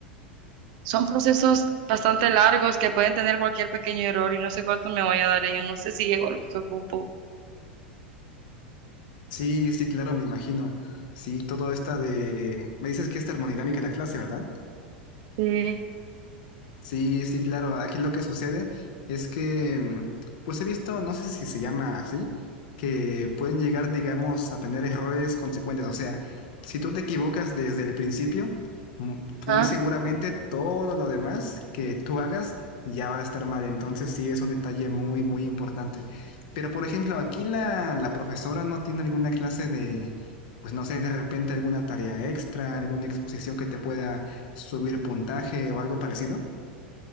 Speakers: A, on the right (about 50°); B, on the left (about 55°).
A: son procesos bastante largos que pueden tener cualquier pequeño error y no sé cuánto me vaya a dar ella, no sé si llego a lo que ocupo.
B: Sí, sí, claro, me imagino. Sí, todo esta de... Me dices que es termodinámica la clase, ¿verdad?
A: Sí.
B: Sí, sí, claro. Aquí lo que sucede es que, mm, pues he visto, no sé si se llama así, que pueden llegar, digamos, a tener errores consecuentes. O sea, si tú te equivocas desde el principio, mu-
A: Ah.
B: muy seguramente todo lo demás que tú hagas ya va a estar mal. Entonces sí es un detalle muy, muy importante. Pero, por ejemplo, aquí la, la profesora no tiene alguna clase de, pues no sé, de repente alguna tarea extra, alguna exposición que te pueda subir puntaje o algo parecido.